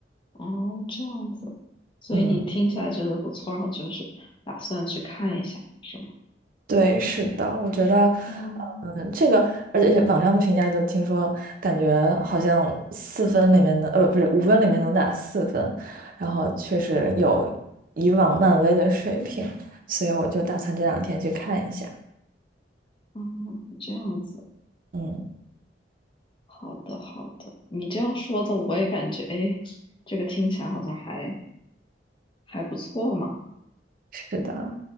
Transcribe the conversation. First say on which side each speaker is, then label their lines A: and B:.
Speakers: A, on the left (about 30°); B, on the right (about 50°).
A: 哦，这样子，所以你听起来觉得不错，
B: 嗯，
A: 然后就是打算去看一下，是吗？
B: 对，是的，我觉得，
A: 嗯
B: 嗯，这个，而且而且网上的评价就听说，感觉好像四分里面能，呃，不是五分里面能打四分，然后确实有以往漫威的水平，所以我就打算这两天去看一下。
A: 嗯，这样子，
B: 嗯，
A: 好的好的，你这样说的我也感觉，哎，这个听起来好像还还不错嘛。
B: 是的。